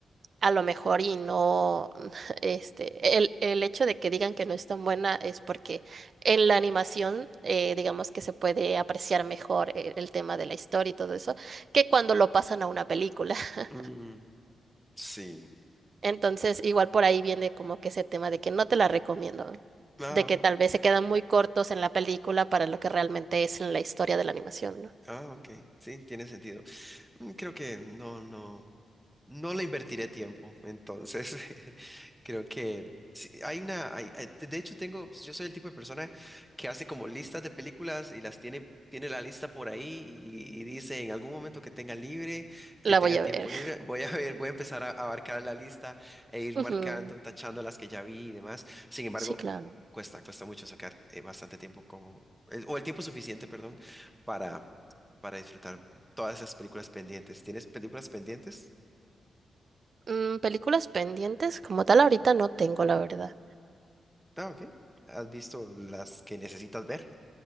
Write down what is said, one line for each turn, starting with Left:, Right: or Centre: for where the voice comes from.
Right: a lo mejor y no, <laughs> este, el, el hecho de que digan que no es tan buena es porque en la animación, eh, digamos que se puede apreciar mejor el, el tema de la historia y todo eso, que cuando lo pasan a una película. <laughs>
Centre: Mm, sí.
Right: Entonces, igual por ahí viene como que ese tema de que no te la recomiendo,
Centre: Ah,
Right: de que tal vez se quedan muy cortos en la película para lo que realmente es en la historia de la animación, ¿no?
Centre: ah, ok. Sí, tiene sentido. Mm, Creo que no, no. No le invertiré tiempo, entonces <laughs> creo que sí, hay una, hay- hay- de hecho tengo, yo soy el tipo de persona que hace como listas de películas y las tiene, tiene la lista por ahí y, y dice en algún momento que tenga libre, que
Right: La
Centre: tenga
Right: voy a
Centre: tiempo
Right: ver.
Centre: libre, voy a ver, voy a empezar a abarcar la lista
Right: <laughs>
Centre: e ir
Right: Ujú,
Centre: marcando, tachando las que ya vi y demás. Sin embargo,
Right: Sí, claro.
Centre: cuesta, cuesta mucho sacar eh, bastante tiempo como, el- o el tiempo suficiente, perdón, para, para disfrutar todas esas películas pendientes. ¿Tienes películas pendientes?
Right: Mm, películas pendientes, como tal, ahorita no tengo, la verdad.
Centre: Ah, ok. ¿Has visto las que necesitas ver?